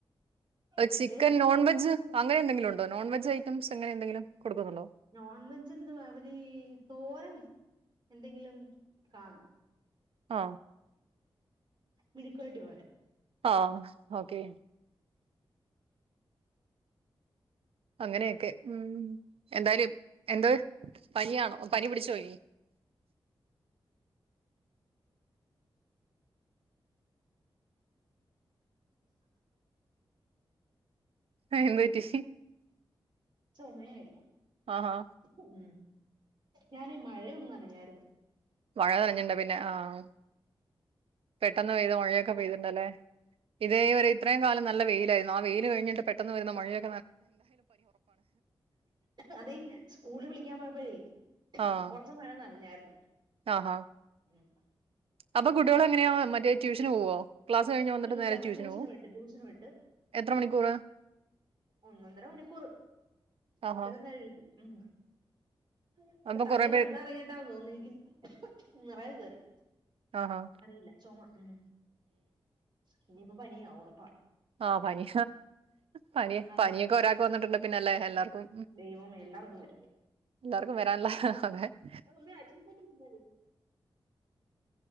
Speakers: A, on the right; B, on the right.
A: കുട്ടികള്
B: ചിക്കൻ
A: സ്കൂളിൽ
B: നോൺവെജ്
A: പോകുന്നോണ്ട്
B: അങ്ങനെ എന്തെങ്കിലും ഉണ്ടോ നോൺ വെജ് ഐറ്റംസ് അങ്ങനെ എന്തെങ്കിലും കൊടുക്കുന്നുണ്ടോ
A: നോൺവെജ് എന്തുവാ അവര് തോരൻ എന്തെങ്കിലും കാണും
B: ആ
A: മെഴുക്ക് പെരട്ടിയോ
B: ആ ഓക്കെ അങ്ങനെയൊക്കെ ഉം എന്തായാലും എന്തോ പനിയാണോ പനി പിടിച്ചു പോയി ആ എന്തുപറ്റി സി <unintelligible>
A: ചൊമയായി
B: ആഹാ
A: ഉം ഞാനീ മഴയൊന്ന് നനഞ്ഞാരുന്നു
B: മഴ നനഞ്ഞിട്ടുണ്ട് പിന്നെ ആഹ്പെട്ടന്ന് പെയ്ത മഴയൊക്കെ പെയ്തിട്ടണ്ടല്ലേ ഇതേവരെ ഇത്രയും കാലം നല്ല വെയിലായിരുന്നു ആ വെയിയില് കഴിഞ്ഞിട്ട് പെട്ടെന്ന് വര്ന്ന മഴയെ
A: അതെ സ്കൂള് വിളിക്കാൻ പോയപ്പോഴേ
B: ആഹ്
A: കൊറച്ച് മഴ നനഞാരുന്നു
B: ആഹാ
A: ഉം
B: അപ്പൊ കുട്ട്യോള് എങ്ങനെയോ മറ്റേ ട്യൂഷന് പോവോ ക്ലാസ് കഴിഞ്ഞ് വന്നിട്ട്
A: ട്യൂഷ
B: നേരെ ട്യൂഷന് പോവും
A: വിട്ട് ട്യൂഷന് വിട്ട്
B: എത്ര മണിക്കൂറ്
A: ഒന്നൊന്നര മണിക്കൂർ
B: ആഹാ
A: അത്രയും നേരംഉം ഇപ്പ
B: അപ്പൊ
A: തലേ
B: കൊറേ പേര്
A: വെള്ളം ഇറങ്ങിട്ടാ തോന്നി രിക്ക്ന്ന് നിറയെ കേറി
B: ആഹാ
A: അ റീല്ല ചൊമ ഉം സ്ഇനിയിപ്പ പനിയ ഒറപ്പാ
B: ആഹ പനി പ
A: അതെ
B: പനിയൊക്കെ ഒരാക്ക് വന്നിട്ടുണ്ട് പിന്നല്ലേ എല്ലാക്കും
A: ദൈവമേ എല്ലാർക്കും വരും
B: എല്ലാറ്ക്കും വരാൻല്ല ഹ് ഹ് ഹ്
A: <unintelligible> മ്മ അജി കട്ട <unintelligible>